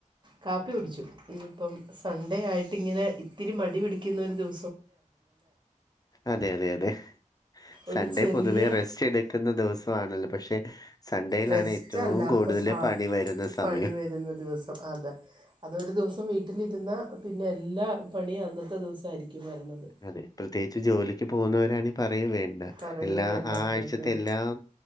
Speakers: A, on the right (about 35°); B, on the left (about 30°).
A: കാപ്പി കുടിച്ചു ഇന്ന്പ്പം സൺഡേ ആയിട്ട് ഇങ്ങനെ ഇത്തിരി മടി പിടിക്കുന്നൊരു ദിവ
B: അതെ അതെ അതെ സൺഡേ
A: ഒരു ചെറിയ
B: പൊതുവെ റെസ്റ്റ് എട് ക്കുന്ന ദിവസമാണല്ലോ പക്ഷെ സൺഡേയിലാണ്
A: റെസ്റ്റ്
B: ഏറ്റവും
A: അല്ല
B: കൂടുതൽ
A: അപ്പൊ സ
B: പണി വരുന്ന സമയം
A: പണി വരുന്ന ദിവസം അതെ അതൊരു ദിവസം വീട്ടിലിരുന്നാ പിന്നെ എല്ലാ പണിയും അന്നത്തെ ദിവസായിരിക്കും വരണത്.
B: അതെ പ്രത്യേകിച്ച് ജോലിക്ക് പോകുന്നവരാണ് പറയും വേണ്ട
A: പറയുകയും
B: എല്ലാ
A: വേണ്ട
B: ആഴ്ചത്തെ
A: അത് തന്നെ
B: എല്ലാം